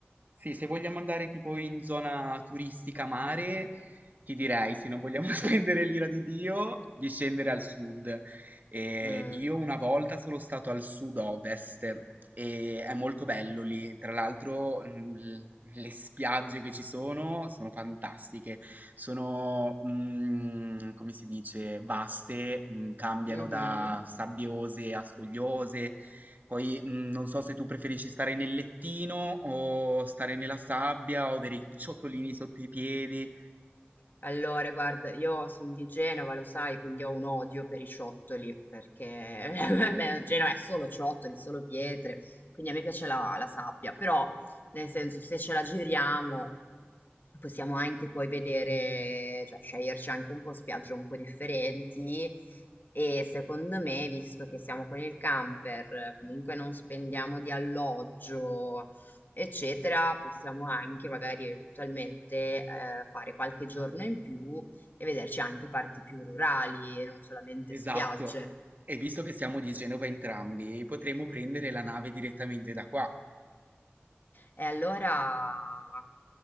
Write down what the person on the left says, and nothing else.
Mm.
Mhm.
Allora, guarda, io sono di Genova, lo sai, quindi ho un odio per i ciottoli, perché <laughs> beh, Genova è solo ciottoli, solo pietre, quindi a me piace la, la sabbia, però, nel senso, se ce la giriamo, possiamo anche poi vedere, cioè sceglierci anche un po' spiagge un po' differenti e secondo me, visto che siamo con il camper, comunque non spendiamo di alloggio, Eccetera, possiamo anche magari eventualmente, ehm, fare qualche giorno in più e vederci anche parti più rurali e non solamente
spiagge.
E allora